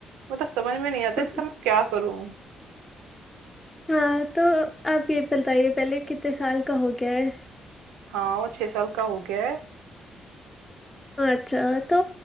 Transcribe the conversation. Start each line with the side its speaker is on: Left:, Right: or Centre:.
Right: मतलब समझ में नहीं आता
Left: <laughs>
Right: इसका मैं क्या करूँ
Left: हाँ तो आप ये बताइए पहले कितने साल का हो गया है
Right: हाँ, वो 6 साल का हो गया है।
Left: अच्छा तो